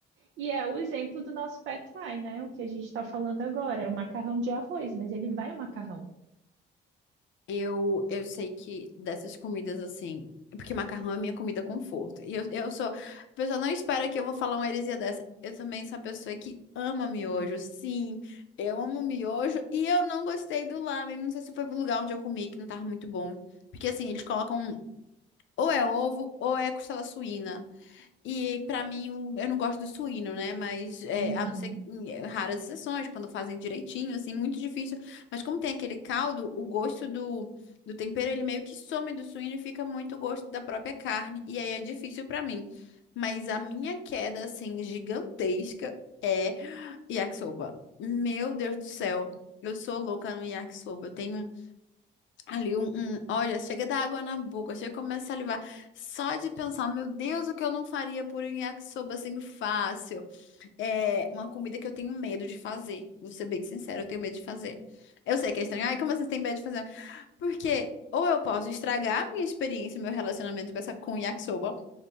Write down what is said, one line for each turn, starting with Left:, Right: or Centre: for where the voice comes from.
Right: E é o exemplo do nosso pad thai, né? O que a gente está falando agora, é o macarrão de arroz, mas ele vai o macarrão.
Left: Eu, eu sei que dessas comidas assim. Porque macarrão é minha comida conforto. E eu, eu sou. A pessoa não espera que eu vou falar uma heresia dessa. Eu também sou a pessoa que ama miojo. Sim, eu amo miojo. E eu não gostei do lamen. Não sei se foi pro lugar onde eu comi, que não tava muito bom. Porque assim, eles colocam. Ou é ovo, ou é costela suína. E pra mim, o- eu não gosto do suíno, né? Mas é,
Right: Uhum.
Left: a não ser que- em é, raras exceções, quando fazem direitinho, assim, muito difícil. Mas como tem aquele caldo, o gosto do, do tempero, ele meio que some do suíno e fica muito o gosto da própria carne. E aí é difícil pra mim. Mas a minha queda, assim, gigantesca é <gasps> yakisoba. Meu Deus do céu. Eu sou louca no yakisoba. Eu tenho Ali um, um- olha, chega da água na boca, chega e começa a salivar. Só de pensar, meu Deus, o que eu não faria por um yakisoba assim fácil. É uma comida que eu tenho medo de fazer. Vou ser bem sincera, eu tenho medo de fazer. Eu sei que é estranho. Ai, como vocês têm medo de fazer? Porque ou eu posso estragar a minha experiência, meu relacionamento com essa com o yakisoba,